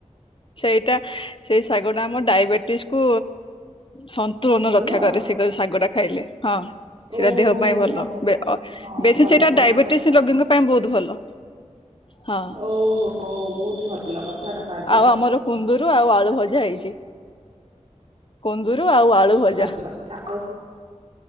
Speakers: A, on the left; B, on the right.
A: ସେଇଟା ସେଇ ଶାଗ ଟା ଆମ ଡାଇବେଟିସ୍କୁ ସନ୍ତୁଳନ
B: ଭଲ
A: ରକ୍ଷା କରେ ସେ କରି ଶାଗଟା ଖାଇଲେ। ହଁ।
B: ଓହୋ
A: ସେଇଟା ଦେହ ପାଇଁ
B: ହୋ
A: ଭଲ।
B: ମଧୁମେହ
A: ବେ ଅ
B: ହଁ
A: ବେଶୀ
B: ଭଲ
A: ସେଇଟା
B: ଭଲ
A: ଡାଇବେଟିସ
B: କଥା
A: ରୋଗୀଙ୍କ ପାଇଁ ବହୁତ ଭଲ। ହଁ
B: ଓହୋ ବହୁତ ଭଲ କଥା ତାହଲେ।
A: ଆଉ ଆମର କୁନ୍ଦୁରୁ ଆଉ ଆଳୁ ଭଜା ହେଇଛି ।କୁନ୍ଦୁରୁ ଆଉ ଆଳୁ ଭଜା।
B: ଭଲ କଥା ଆଉ